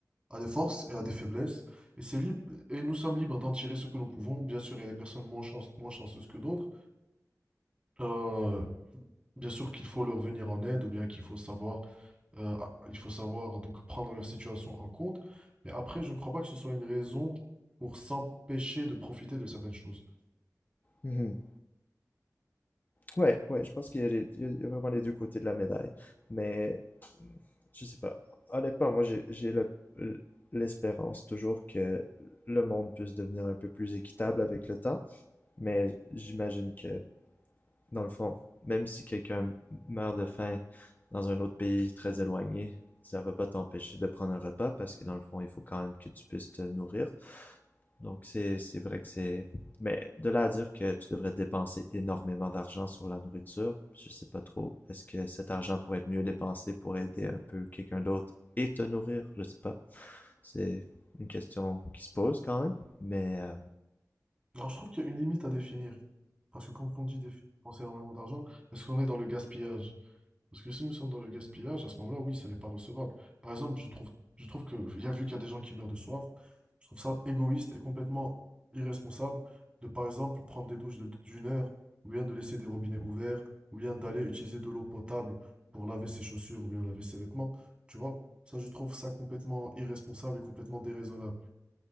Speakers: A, on the right (about 15°); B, on the left (about 30°).
A: a des forces et a des faiblesses et c'est libre et nous sommes libres d'en tirer ce que nous pouvons. Bien sûr, il y a des personnes moins chance- moins chanceuses que d'autres. Euh, bien sûr qu'il faut leur venir en aide ou bien qu'il faut savoir Euh, ah, il faut savoir donc prendre leur situation en compte. Mais après, je ne crois pas que ce soit une raison pour s'empêcher de profiter de certaines choses.
B: Ouais. Ouais, ouais, je pense qu'il y a, les- il y a- il y a vraiment les deux côtés de la médaille. Mais hmm, je sais pas. Honnêtement, moi, j'ai j'ai le- l'espérance toujours que le monde puisse devenir un peu plus équitable avec le temps. Mais j'imagine que, dans le fond, même si quelqu'un meurt de faim dans un autre pays très éloigné, ça va pas t'empêcher de prendre un repas parce que, dans le fond, il faut quand même que tu puisses te nourrir. Donc, c'est c'est vrai que c'est... Mais de là à dire que tu devrais dépenser énormément d'argent sur la nourriture, je sais pas trop. Est-ce que cet argent pourrait être mieux dépensé pour aider un peu quelqu'un d'autre et te nourrir? Je sais pas. C'est une question qui se pose quand même, mais... euh,
A: Alors, je trouve qu'il y a une limite à définir. Parce que quand on dit déf- dépenser énormément d'argent, est-ce qu'on est dans le gaspillage? Parce que si nous sommes dans le gaspillage, à ce moment-là, oui, ce n'est pas recevable. Par exemple, je trouve, je trouve que, il y a vu qu'il y a des gens qui meurent de soif, je trouve ça égoïste et complètement irresponsable de, par exemple, prendre des douches de- d'une heure, ou bien de laisser des robinets ouverts, ou bien d'aller utiliser de l'eau potable pour laver ses chaussures, ou bien laver ses vêtements. Tu vois, ça, je trouve ça complètement irresponsable et complètement déraisonnable.